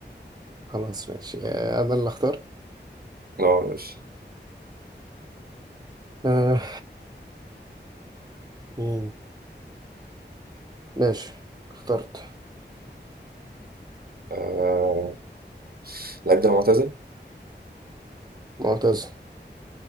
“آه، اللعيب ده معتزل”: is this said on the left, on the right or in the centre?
Right